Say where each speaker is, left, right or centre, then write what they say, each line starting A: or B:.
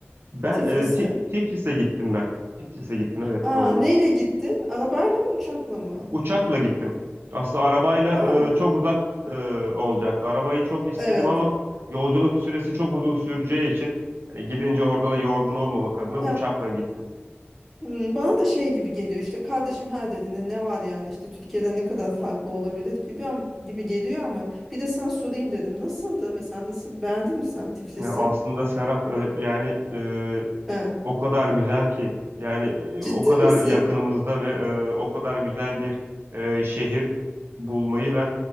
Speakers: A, on the right; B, in the centre.
A: Ben
B: Tiflis'e.
A: e, Ti- Tiflis'e gittim ben. Tiflis'e gittim evet
B: Aa,
A: doğru.
B: neyle gittin? Arabayla mı uçakla mı?
A: Uçakla gittim. Aslında arabayla
B: Aa,
A: e, çok uzak e, olacaktı. Arabayı çok istedim
B: evet.
A: ama yolculuk süresi çok uzun süreceği için hani gidince orada da yorgun olmamak adına
B: ya
A: uçakla gittim.
B: Hmm, Bana da şey gibi geliyor işte kardeşim her dediğinde ne var yani işte Türkiye'den ne kadar farklı olabilir gibi am- gibi geliyor ama bir de sana sorayım dedim. Nasıldı mesela nasıl beğendin mi sen Tiflis'i?
A: Yani aslında Serap e, yani e,
B: He.
A: O kadar güzel ki yani e,
B: Ciddi
A: o kadar
B: misin?
A: yakınımızda ve e, o kadar güzel bir e, şehir bulmayı ben